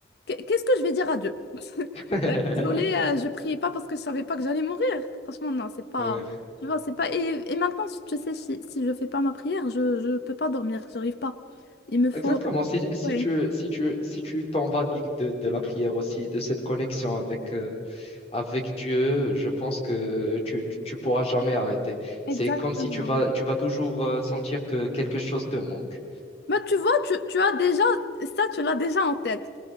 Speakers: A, on the left (about 60°); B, on the left (about 35°).
A: Qu- Qu'est-ce que je vais dire à Dieu? <laughs>
B: <laughs>
A: Euh, Désolée, euh, je priais pas parce que je savais pas que j'allais mourir. Franchement, non, c'est pas...
B: Ouais.
A: Tu vois, c'est pas... Et, et maintenant, je sais, si, si je fais pas ma prière, je, je peux pas dormir, j'arrive pas. Il me faut...
B: Exactement. Si, si
A: Ouais.
B: tu, si tu, si tu t'emballigues de, de la prière aussi, de cette connexion avec, euh, avec Dieu, je pense que tu, tu tu pourras jamais arrêter.
A: Exactement.
B: C'est comme si tu vas, tu vas toujours euh, sentir que quelque chose te manque.
A: Mais tu vois, tu, tu as déjà... Ça, tu l'as déjà en tête.